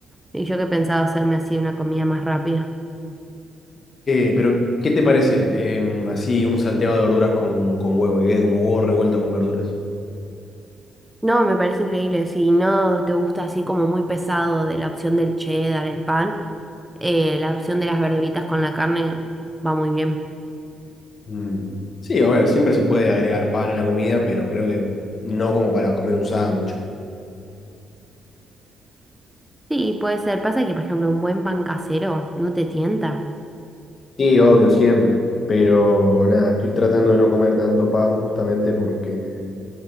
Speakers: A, in the centre; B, on the left (about 45°).
A: Y yo que pensaba hacerme así una comida más rápida.
B: Eh, pero, ¿qué te parece? eh, así un salteado de verduras con, con huevo, que quede como huevo revuelto con verduras.
A: No, me parece increíble. Si no te gusta así como muy pesado de la opción del cheddar, el pan, eh, la opción de las verduritas con la carne va muy bien.
B: Mm. Sí, a ver, siempre se puede agregar pan a la comida, pero creo que no como para comer un sándwich.
A: Sí, puede ser. Pasa que, por ejemplo, un buen pan casero no te tienta.
B: Sí, obvio, siempre. Pero nada, estoy tratando de no comer tanto pan justamente porque